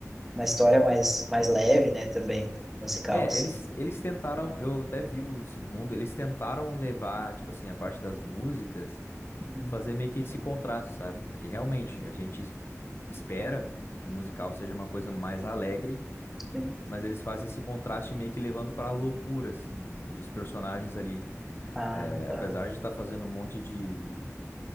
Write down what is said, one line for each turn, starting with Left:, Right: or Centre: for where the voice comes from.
Centre: uma história mais, mais leve, né? Também, musical,
Left: É,
Centre: assim.
Left: eles, eles tentaram, eu até vi o segundo, eles tentaram levar, tipo assim, a parte das músicas,
Centre: Uhum,
Left: fazer meio que esse contraste, sabe? Porque realmente a gente es- espera que o musical seja uma coisa mais alegre,
Centre: sim.
Left: mas eles fazem esse contraste meio que levando pra loucura, assim, no- dos personagens ali.
Centre: Ah,
Left: É,
Centre: tá.
Left: apesar de estar fazendo um monte de